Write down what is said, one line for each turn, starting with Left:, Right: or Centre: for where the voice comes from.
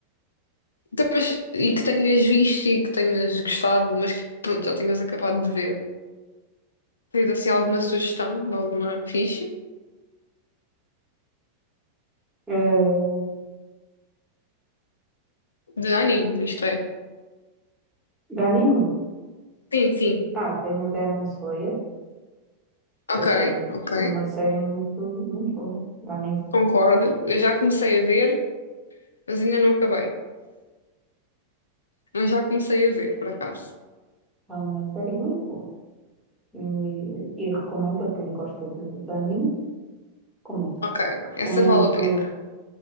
Left: Então, mas, e que tenhas visto e que tenhas gostado, mas que pronto, já tenhas acabado de ver. Tens assim alguma sugestão de alguma ficha?
Centre: Uh,
Left: De anime, isto é.
Centre: de anime?
Left: Sim, sim.
Centre: Ah, tenho Demon Slayer.
Left: Ok,
Centre: Essa é
Left: ok.
Centre: uma série muito, muito boa. De anime.
Left: Concordo. Eu já comecei a ver, mas ainda não acabei. Mas já comecei a ver, por acaso.
Centre: É uma série muito boa. E, e recomendo a quem gosta de, de anime. Recomendo.
Left: Ok,
Centre: Recomendo,
Left: essa vale a pena.